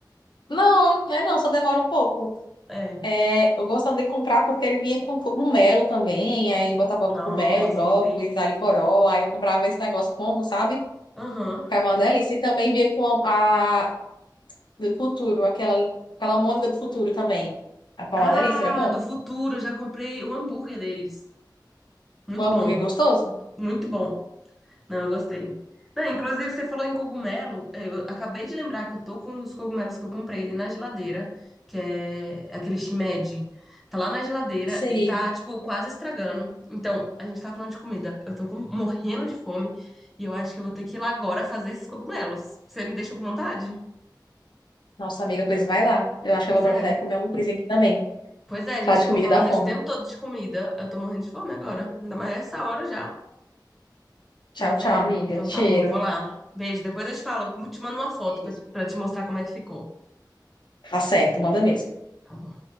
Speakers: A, on the left; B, in the centre.
A: Não, né? Não, só demora um pouco.
B: É.
A: É, eu gostava de comprar porque ele vinha com cogumelo também, aí botava
B: Nossa,
A: cogumelo, brócolis,
B: que delícia.
A: alho poró, aí eu comprava esse negócio combo, sabe?
B: Aham.
A: Ficava uma delícia. E também vinha com a, a do futuro, aquela, aquela almôndega do futuro também. Ficava
B: Ah,
A: uma delícia, era bom.
B: do futuro, eu já comprei o hambúrguer deles. Muito
A: O hambúrguer
B: bom,
A: é gostoso?
B: muito bom. Não, eu gostei. Não, inclusive, você falou em cogumelo. Eu acabei de lembrar que eu tô com os cogumelos que eu comprei ali na geladeira, que é aquele shimeji. Tá lá na geladeira
A: Sei.
B: e tá, tipo, quase estragando. Então, a gente tá falando de comida. Eu tô com- morrendo de fome e eu acho que eu vou ter que ir lá agora fazer esses cogumelos. Você me deixou com vontade?
A: Nossa amiga, pois vai lá. Eu acho
B: Pois
A: que eu vou aproveitar
B: é.
A: e comer alguma coisinha aqui também.
B: Pois é, a
A: Falar
B: gente
A: de
B: ficou
A: comida
B: falando
A: dá fome.
B: esse tempo todo de comida. Eu tô morrendo de fome agora. Ainda mais essa hora já.
A: Tchau,
B: Mas
A: tchau,
B: é.
A: amiga.
B: Então
A: Cheiro.
B: tá bom, vou lá. Beijo. Depois eu te falo. Te mando uma foto pra,
A: Isso.
B: pra te mostrar como é que ficou.
A: Tá certo, manda mesmo.
B: Tá bom.